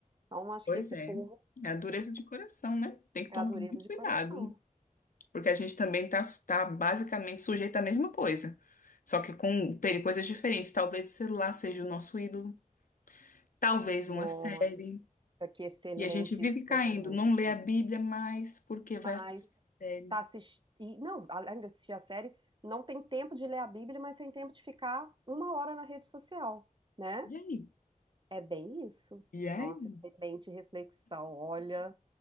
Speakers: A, on the right (about 35°); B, on the left (about 70°).
A: Então, acho
B: Pois
A: que esse
B: é.
A: povo
B: É a dureza de coração, né? Tem que
A: é
B: tomar
A: a dureza
B: muito
A: de
B: cuidado,
A: coração.
B: porque a gente também tá, tá basicamente sujeito à mesma coisa, só que com peri- coisas diferentes. Talvez o celular seja o nosso ídolo, talvez
A: Nossa,
B: uma série.
A: que excelente
B: E a gente vive
A: isso que
B: caindo,
A: você trouxe.
B: não lê a Bíblia mais porque vai
A: Mas
B: assistir série.
A: tá assistindo. Não, além de assistir a série, não tem tempo de ler a Bíblia, mas tem tempo de ficar uma hora na rede social, né?
B: E aí?
A: É bem isso.
B: E aí?
A: Nossa, excelente reflexão. Olha,